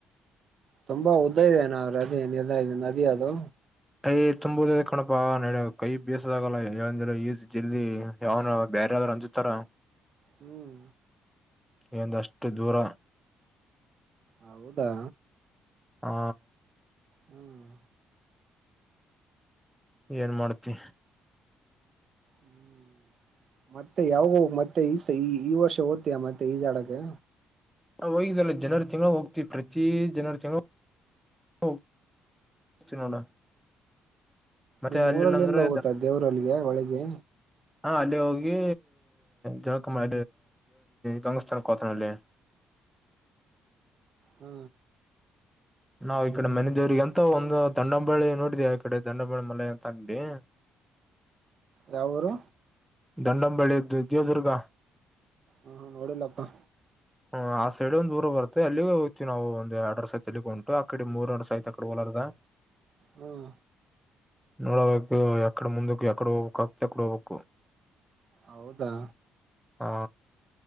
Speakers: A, on the right; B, in the centre.
A: ತುಂಬಾ ಉದ್ದ ಇದೆ ಏನಾದ್ರೆ ಅದೇ ನಿ ಇದೆ ನದಿ ಅದು
B: ಯ ತುಂಬುದ ಕಣಪಾ ನಡ ಕೈ ಬೇಸದಾಗಲ್ಲ ಏ ಈ ಜಲ್ದಿ ಯಾವನು ಬೇರೆ ಯಾವಾದ್ರರು ಅಂಜತಾರ
A: ಹ್ಮ್
B: ಇ ಒಂದ ಅಷ್ಟು ದೂರ
A: ಹೌದಾ
B: ಹ
A: ಹ್ಮ್
B: ಏನ್ ಮಾಡ್ತಿ
A: ಹ್ಮ್ ಮತ್ತೆ ಯಾವೋ ಮತ್ತೆ ಈ ಈ ವರ್ಷ ಓಯಾ ಮತ್ತೆ ಈ ಜಾಡಗೆ
B: ಹೋಗ್ಲ್ ಜನರು ತಿಂಗಳ ಹೋಗ್ತಿವಿ ಪ್ರತಿ ಜನರ ತಿಂಗಗಳ ಹ ಚ ನೋಡ ಮತ್ತೆ
A: ನಿಮ್
B: ಅಲ್ಲಿಲ್ಲ
A: ಊರಲ್ಲಿಂದ
B: ಅಂದ್ರೆ
A: ಹೋಗುತ್ತ ದೇವ್ರಲ್ಲಿಗೆ ಒಳಗೆ
B: ಹಾ ಅಲ್ಲಿ ಹೋಗಿ ಜವಕಮ್ಮ ಗಂಗಸ್ಥಾನ ಕೋತಾನ ಅಲ್ಲಿ
A: ಹ್ಮ್
B: ನಾವ್ ಈ ಕಡೆ ಮನೆ ದೇವ್ರಿಗೆ ಅಂತ ಒಂದು ದಂಡಾಂಬಾಳಿ ನೋಡಿದಿಯ ಈ ಕಡೆ ದಂಡಾಂಬಾಳಿ ಮನೆ ಅಂತ ಅಂಗಡಿ <inaudible>
A: ಯಾವ್ ಊರು
B: ದಂಡಂಬಳಿದ್ದು ದೇವದುರ್ಗ
A: ಹ್ಮ್ ನೋಡಿಲ್ಲಪ್ಪಾ
B: ಹ ಆ ಸೈಡ್ ಒಂದು ಊರು ಬರುತ್ತೆ ಅಲ್ಲಿಗೆ ಹೋಗ್ತಿವಿ ನಾವು ಒಂದು <unintelligible> ಅ ಕಡೆ ಮೂರುವರ್ಸ ಐತ ಅಡೆ ಹೊಲಾರದಾ
A: ಹಾಂ
B: ನೋಡಬೇಕು ಎಕಡ ಮುಂದಕ್ ಎಕಡೆ ಹೋಗ್ಬೇಕ್ ಆಗ್ತ ಅಕಡೆ ಹೋಗ್ಬೇಕು
A: ಹೌದಾ
B: ಹಾ